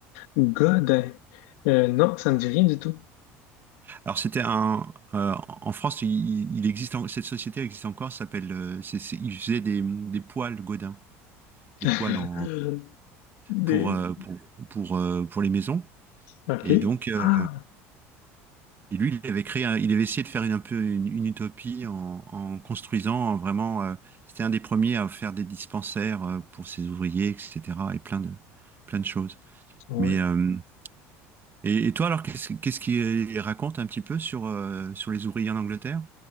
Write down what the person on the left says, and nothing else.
God, euh, euh, non, ça ne dit rien du tout.
<laughs>
Des...
OK.
Ah.
Ouais.